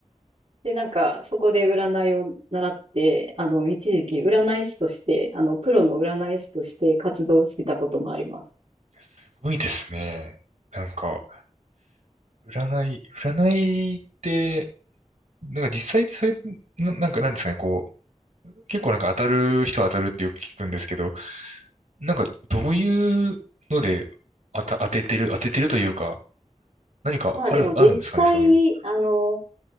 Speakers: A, on the right; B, on the right.
A: で、なんかそこで占いを習って、あの、一時期占い師として、あの、プロの占い師として活動してたこともあります。
B: すごいですね。なんか、占い、占いって、なんか実際ってそれ、な、なんかなんですかね、こう、結構なんか当たる人は当たるってよく聞くんですけど、なんかどういうので当た、当ててる、当ててるというか、何かある、
A: まあでも実際に、
B: あるんですかね、そういう。
A: あの、